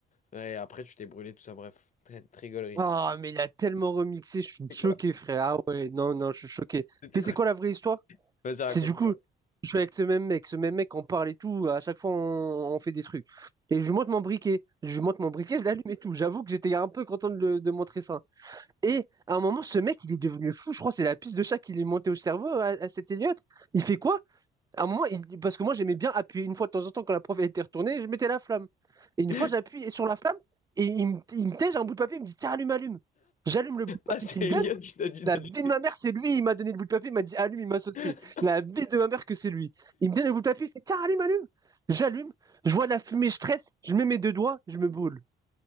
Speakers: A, on the left; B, on the right.
A: Ouais, Et après, tu t'es brûlé, tout ça, bref. Très, très gaulerie.
B: Ah, mais il a tellement remixé, je suis
A: C'était
B: choqué,
A: quoi?
B: frère. Ah ouais, non, non, je suis choqué.
A: C'était
B: Mais
A: quoi?
B: c'est quoi la vraie histoire?
A: Vas-y, raconte-moi.
B: C'est du coup, je suis avec ce même mec, ce même mec, on parle et tout, à chaque fois on, on fait des trucs. Et je monte mon briquet, je monte mon briquet, je l'allume et tout. J'avoue que j'étais un peu content de, le- de montrer ça. Et à un moment, ce mec, il est devenu fou, je crois, c'est la piste de chat qui lui est montée au cerveau à, à cet Elliot. Il fait quoi? À un moment, il- parce que moi j'aimais bien appuyer une fois de temps en temps quand la prof elle était retournée, je mettais la flamme. Et une
A: <laughs>
B: fois, j'appuie sur la flamme et il me, il me tège un bout de papier, il me dit, tiens, allume, allume. J'allume le bout de papier
A: Ah, c'est
B: qu'il me donne
A: Elliot, qui t'a dit d'aller.
B: la vie de ma mère, c'est lui, il m'a donné le bout de papier, il m'a dit allume, il m'a saucé.
A: <laughs>
B: La vie de ma mère que c'est lui. Il me donne le bout de papier, il fait tiens, allume, allume. J'allume, je vois la fumée, je stresse, je mets mes deux doigts, je me brûle.